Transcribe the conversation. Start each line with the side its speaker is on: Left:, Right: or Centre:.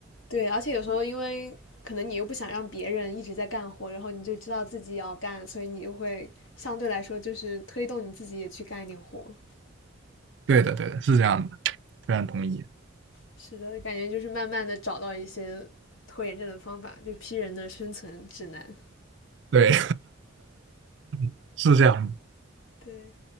Left: 对，而且有时候因为可能你又不想让别人一直在干活，然后你就知道自己要干，所以你就会相对来说就是推动你自己也去干一点活。
Right: 对的对的，是这样的，非常同意。
Left: 是的，感觉就是慢慢的找到一些拖延症的方法，就批人的生存指南。
Right: 对，<laughs> 是这样的。
Left: 对，